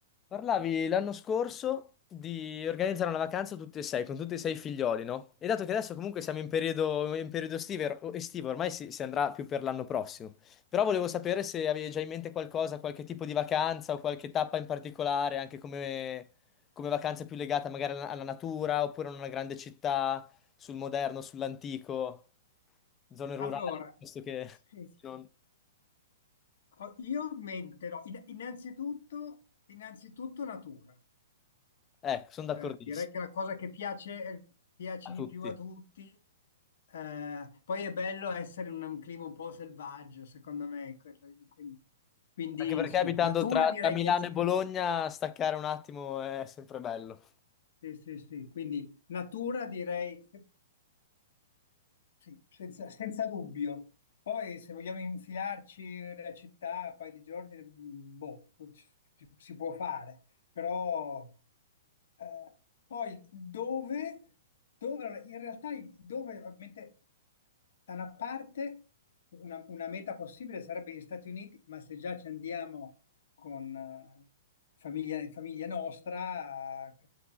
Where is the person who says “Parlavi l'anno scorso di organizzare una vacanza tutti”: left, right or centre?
Left